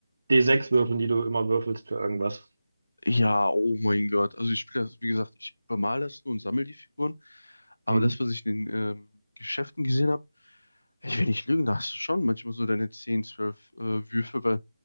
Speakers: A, on the right; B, on the left.
A: D6 würfeln, die du immer würfelst für irgendwas.
B: Ja, oh mein Gott. Also ich spiele das, wie gesagt, ich bemale das nur und sammle die Figuren. Aber
A: Mhm.
B: das, was ich in den ähm, Geschäften gesehen habe, ich will nicht lügen, da hast du schon manchmal so deine 10 12 äh, Würfe, weil